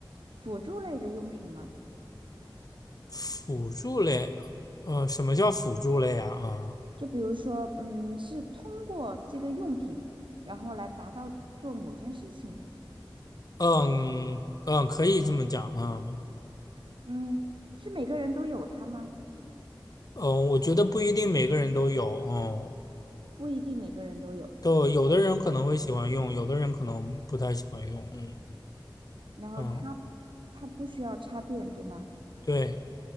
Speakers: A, on the right; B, on the left.
A: 辅助类的用品吗？
B: 辅助类，呃，什么叫辅助类啊？啊，
A: 就比如说，嗯，是通过这个用品，然后来达到做某件事情。
B: 嗯嗯，可以这么讲，嗯
A: 嗯，是每个人都有它吗？
B: 嗯，我觉得不一定每个人都有，嗯，
A: 不一定每个人都有。
B: 都有的人可能会喜欢用，有的人可能不太喜欢用，嗯
A: 然后它它不需要插电，
B: 嗯，
A: 对吗？
B: 对，